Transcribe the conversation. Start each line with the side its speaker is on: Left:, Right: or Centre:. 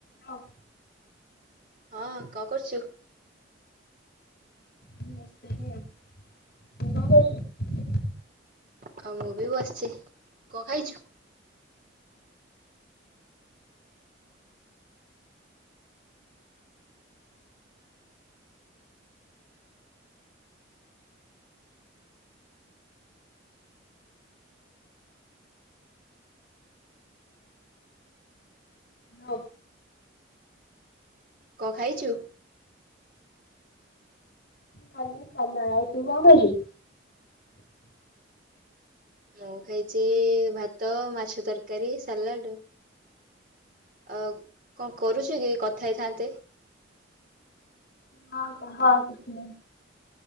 Left: ହଁ।
Right: ହଁ କଣ କରୁଚୁ?
Left: ଏଇ ବସିଥିଲି ଆଉ, ତୁ କ କରୁଚୁ?
Right: ଆଉ ମୁଁ ବି ବସିଛି, କଣ ଖାଇଛୁ?
Left: ଭ
Right: କ ଖାଇଚୁ?
Left: ଖାଲି କଲରା ଆଉ ତୁ କଣ ଖାଇଛୁ?
Right: ମୁଁ ଖାଇଛି ଭାତ, ମାଛ ତରକାରୀ, ସାଲାଡ। ଅ କଣ କରୁଚୁ କି କଥା ହେଇଥାନ୍ତେ?
Left: ହଁ କହ କିଛି ନାଇଁ।